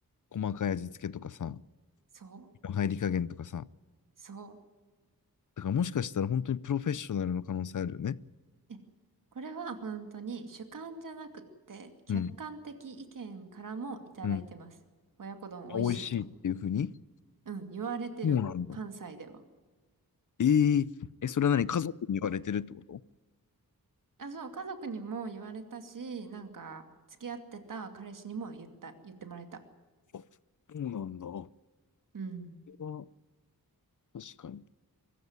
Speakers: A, on the left; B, on the right.
A: 細かい味付けとかさ、
B: そう、
A: 入り加減とかさ。
B: そ
A: だからもしかしたら本当にプロフェッショナルの可能性あるよね。
B: う。え、これは本当に主観じゃなくって、客観的意見からもいただいてます。
A: うん。うん。
B: 親子丼美味しいと。
A: 美味しいっていうふうに。
B: うん、言われてる。
A: そうなんだ。
B: 関西では。
A: えー、え、それは何家族に言われてるってこ
B: あ、そう、家族にも言われたし、なんか、付き合ってた彼氏にも言った、言ってもらえた。
A: とそうなんだ。こ
B: うん。
A: れは確かに。